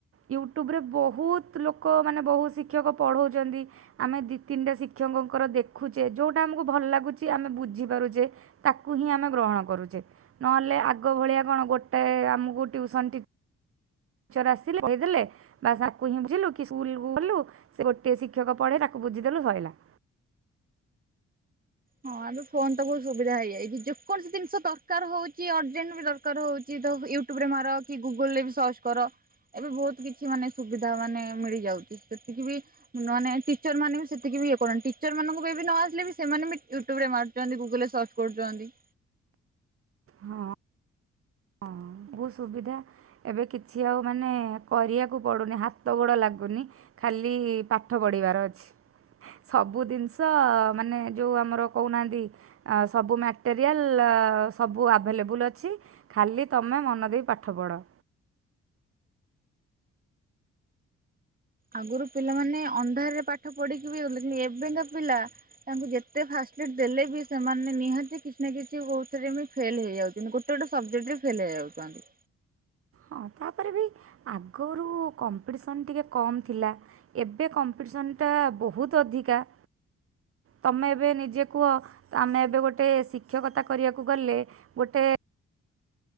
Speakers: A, on the right (about 45°); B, on the right (about 25°).
A: ୟୁଟ୍ୟୁବରେ ବହୁତ ଲୋକ ମାନେ ବହୁ ଶିକ୍ଷକ ପଢ଼ଉଚନ୍ତି। ଆମେ ଦି ତିନିଟା ଶିକ୍ଷକଙ୍କର ଦେଖୁଚେ ଯୋଉଟା ଆମକୁ ଭଲ ଲାଗୁଚି ଆମେ ବୁଝିପାରୁଚେ ତାକୁ ହିଁ ଆମେ ଗ୍ରହଣ କରୁଚେ ନହେଲେ ଆଗ ଭଳିଆ କଣ ଗୋଟେ ଆମକୁ ଟିଉସନ ଟି ଚର ଆସିଲେ ପଢ଼େଇ ଦେଲେ ବାସ୍ ତାକୁ ହିଁ ବୁଝିଲୁ କି ସ୍କୁଲ କୁ ଗଲୁ ସେ ଗୋଟେ ଶିକ୍ଷକ ପଢ଼େ ତାକୁ ବୁଝିଦେଲୁ ସଇଲା।
B: ହଁ ଏବେ ଫୋନ ତ ବହୁତ ସୁବିଧା ହେଇଯାଇଚି ଯେକୌଣସି ଜିନଷ ଦରକାର ହଉଚି ଅର୍ଜେଣ୍ଟ ବି ଦର କାର ହଉଚି ତ ୟୁଟ୍ୟୁବରେ ମାର କି ଗୁଗୁଲୁ ରେ ବି ସର୍ଚ କର। ଏବେ ବହୁତ କିଛି ମାନେ ସୁବିଧା ମାନେ ମିଳିଯାଉଚି ସେତିକି ବି ନୂଆ ନେ ଟିଚର ମାନେ ବି ସେତିକି ବି ଇଏ କରୁନାହାନ୍ତି ଟିଚର ମାନଙ୍କୁ ବି ଏବେ ନ ଆସିଲେ ବି ସେମାନେ ବି ୟୁଟ୍ୟୁବରେ ମାରୁଚନ୍ତି ଗୁଗୁଲୁ ରେ ସର୍ଚ୍ଚ କରୁଚନ୍ତି।
A: ହଁ। ହଁ ଭୁଲ ସୁବିଧା ଏବେ କିଛି ଆଉ ମାନେ କରିବାକୁ ପଡ଼ୁନି ହାତ ଗୋଡ଼ ଲାଗୁନି। ଖାଲି ପାଠ ପଢ଼ିବାର ଅଛି। ସବୁ ଜିନଷ ମାନେ ଯୋଉ ଆମର କହୁନାହାନ୍ତି ଆ ସବୁ ମ୍ୟାଟେରିଆଲ ଅ ଅ ସବୁ ଆଭେଲେବୁଲ ଅଛି। ଖାଲି ତମେ ମନ ଦେଇ ପାଠ ପଢ଼।
B: ଆଗରୁ ପିଲାମାନେ ଅନ୍ଧାରରେ ପାଠ ପଢ଼ିକି ବି ଓରଲିନ ଏବେ କାଁ ପିଲା ତାଙ୍କୁ ଯେତେ ଫାଷ୍ଟଲିଟ ଦେଲେ ବି ସେମାନେ ନିହାତି କିଛି ନା କିଛି କୋଉ ଥିରେ ମି ଫେଲ ହେଇଯାଉ କିନ୍ତୁ ଗୋଟେ ଗୋଟେ ସବଜେକ୍ଟ ରେ ଫେଲ୍‌ ଯାଉଚନ୍ତି।
A: ହଁ ତାପରେ ବି ଆଗରୁ କମ୍ପିଟିସନ୍ ଟିକେ କମ୍ ଥିଲା। ଏବେ କମ୍ପିଟିସନ୍ ଟା ବହୁତ ଅଧିକା। ତମେ ଏବେ ନିଜେ କୁହ। ତ ଆମେ ଏବେ ଗୋଟେ ଶିକ୍ଷକତା କରିବାକୁ ଗଲେ ଗୋଟେ